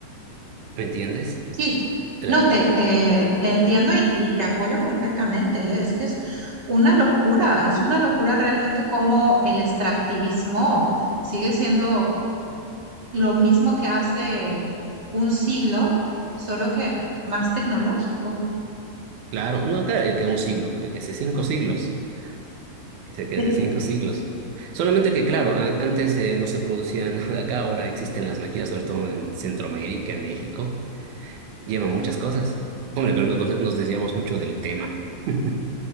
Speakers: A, on the right (about 65°); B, on the right (about 35°).
A: ¿me entiendes?
B: Sí,
A: Eh,
B: no, te, te, te entiendo y, y te apoyo completamente. ¿eh? Es que es una locura, es una locura realmente como el extractivismo sigue siendo lo mismo que hace un siglo, solo que más tecnológico.
A: Claro, no, claro, eh, que un siglo, que, que hace cinco siglos, que, hace que
B: Sí.
A: hace cinco siglos. Solamente que, claro, a- antes eh, no se producía <laughs> nada acá, ahora existen las máquinas, sobre todo en Centroamérica, en México, llevan muchas cosas. Hombre, pero no- nos, nos desviamos mucho del tema. <laughs>